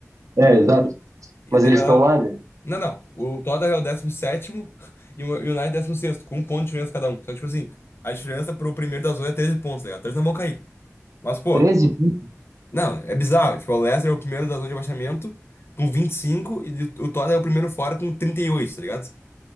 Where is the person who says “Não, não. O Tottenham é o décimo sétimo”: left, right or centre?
Left